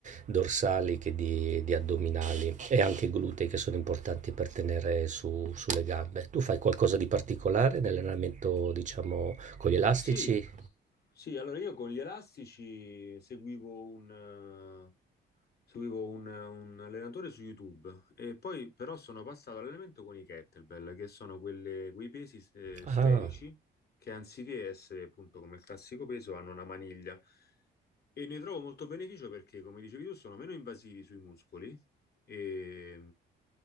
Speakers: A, on the right; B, on the left.
A: dorsali che di, di addominali e anche glutei che sono importanti per tenere su- sulle gambe. Tu fai qualcosa di particolare nell'allenamento, diciamo, con gli elastici?
B: Sì, sì, allora io con gli elastici seguivo un, eh, seguivo un, un allenatore su YouTube e poi però sono passato all'allenamento con i kettlebell, che sono quelle- quei pesi eh,
A: Ah,
B: sferici che anziché essere appunto come il classico peso hanno una maniglia. E ne trovo molto beneficio perché, come dicevi tu, sono meno invasivi sui muscoli e,